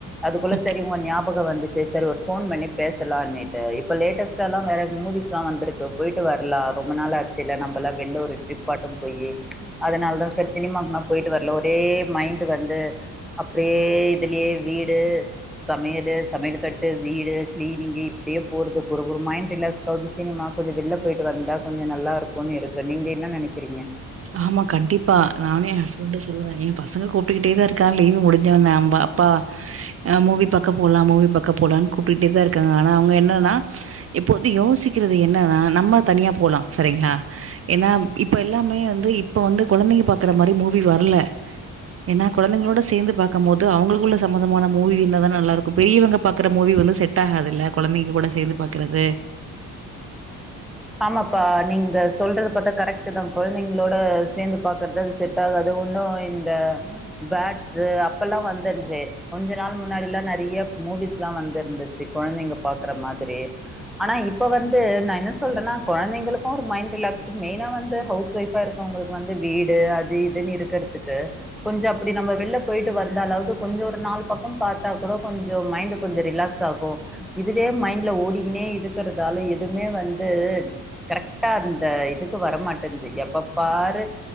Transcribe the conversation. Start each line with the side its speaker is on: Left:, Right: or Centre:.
Centre: அதுக்குள்ள
Right: ஓகே
Centre: சரி உங்க ஞாப பக வந்துச்ச சார் ஒரு போன் பண்ணி பேசலானுட்டு இப்ப லேட்டஸ்டல்லா வேற மூவிஸ்ல்லா வந்திருக்கு போயிட்டு வந் வரலா ரொம்ப நாள் ஆச்சுல நம்பலா வெள்ல ஒரு ட்ரிப்பாட்ட போய் அதனால தா சார் சினிமாகுனா போயிட்டு வரல ஒரே மைண்ட்டு வந்து அப்டியே இதுலயே வீடு சமையலு சமையல் கட்டு வீடு கிளீனிங்கு இப்டியே போறது ஒரு ஒரு மைண்ட் ரிலாக்ஸ் ஆகுது சினிமா கொஞ்ச வெளில்ல போயிட்டு வந்தா கொஞ்ச நல்லாருக்குன்னு இருக்கு நீங்க என்ன நெனைக்கிறீங்க
Right: ஆமா கண்டிப்பா நானே ஏ ஹஸ்பண்டு சொல்லுவே ஏ பசங்க கூப்டுக்கிட்டே தா இருக்கா லீவி முடிஞ்சொன் அப்பா மூவி பாக்க போலா மூவி பாக்க போலாம்னு கூப்ட்டுட்டு தா இருக்காங்க ஆனா அவங்க என்னன்னா இப் இப்போது யோசிக்கிறது என்னன்னா நம்ம தனியா போலா சரிங்களா ஏன்னா இப்ப எல்லாமே வந்து இப்ப வந்து குழந்தைங்க பாக்குற மாதிரி மூவி வரல ஏன்னா கொழந்ங்களோட சேந்து பாக்கும் போது அவங்களுக்குள்ள சம்பந்தமான மூவி இருந்த தான நல்லாருக்கு பெரியவங்க பாக்கற மூவி செட் ஆகாதுல்ல கொழந்தைங்க கூட சேந்து பாக்கறது
Centre: ஆமாப்பா நீங்க சொல்றது பாத்தா கரெக்ட்டு தா கொழங்தைங்களோட சேந்து பாக்குறது செட்டாகாது ஒன்னு இந்த பேட்ஸ்சு அப்பல்லா வந்துருச்சு கொஞ்ச நாள் முன்னாடில்லா நெறைய மூவிஸ்ல்லா வந்துருந்துச்சு குழந்தைங்க பாக்குற மாதிரி ஆனா இப் இப்ப வந்து நா என்ன சொ சொல்றேன்னா குழந்தைங்களுக்கு ஒரு மைண்ட் ரிலாக்ஸ் மெய்னா வந்து ஹவுஸ் ஒய்வா இருக்கவங்களுக்கு வந்து வீடு அது இது <unintelligible> இருக்கிறதுக்கு கொஞ்ச அப்டி நம்ம வெளில போய்ட்டு வந்தாலாவது கொஞ்ச ஒரு நாலு பக்க பாத்தா கூட கொஞ் கொஞ்ச மைண்ட் கொஞ்ச ரிலாக்ஸ்ஸாகு இதுவே மைண்ட்ல ஓடிங்கனே இருக்கிறதால எதுவுமே வந் து கரெக்டா அந்த இதுக்கு வரமாட்டேன்து எப்பப்பாரு